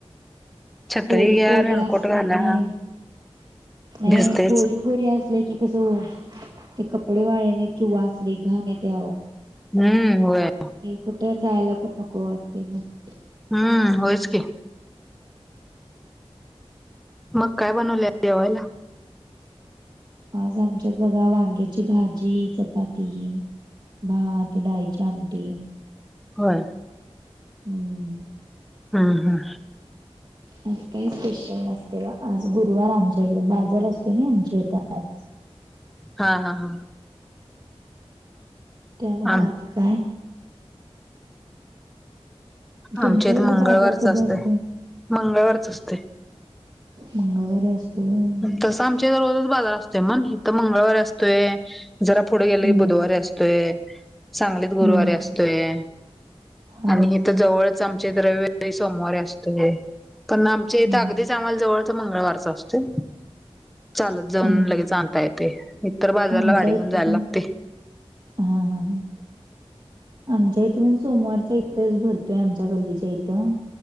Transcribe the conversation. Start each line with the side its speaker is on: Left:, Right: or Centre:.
Centre: छत्री
Right: पोरी
Centre: घ्या
Right: पोरी
Centre: रेनकोट
Right: असली
Centre: घाला
Right: की नाही
Centre: भिजतेच.
Right: पोरी पोरी असल्या की कस ते कपडे वाळली नाहीत कि वास लय घाण येतोय आहो
Centre: हम्म होय
Right: कुठे जायला पण नको वाटते मग
Centre: हम्म होईच की मग काय बनवले जेवायला
Right: आज आमच्यात बघा वांग्या ची भाजी, चपाती, भात, डाळीची आमटी
Centre: होय
Right: हम्म
Centre: हम्म हम्म
Right: आज काही स्पेशल नसते आज गुरुवार आमच्या इकडे बाजार असतो आमच्या इथं आज
Centre: हा हा हा
Right: त्यामुळे
Centre: आम
Right: आज काय तुमच्या
Centre: आमच्या इथं
Right: इकडे
Centre: मंगळवारच
Right: बाजार कधी
Centre: असतय
Right: असतोय
Centre: मंगळवारच असतय
Right: मंगळवारी असतोय होय
Centre: तस आमच्या रोजच बाजार असतोय मण इथं मंगळवारी असतोय जरा पुढे गेले
Right: हम्म
Centre: की बुधवारी असतोय सांगलीत गुरुवारी
Right: हा
Centre: असतोय
Right: हा हा
Centre: आणि इथ जवळच आमच्या इथ रविवारी सोमवारी असतोय पण आमच्या
Right: हम्म
Centre: इथ अगदीच ते आम्हाला जवळच मंगळवारच असतोय चालत जाऊन
Right: आम
Centre: लगेच आणता येतय इतर बाजारला
Right: आमच्या
Centre: गाडी घेऊन
Right: इथं
Centre: जायला
Right: पण
Centre: लागतय
Right: हा हा हा आमच्या इथं पण सोमवारचा इथंच भरतोय आमच्या गल्लीच्या इथं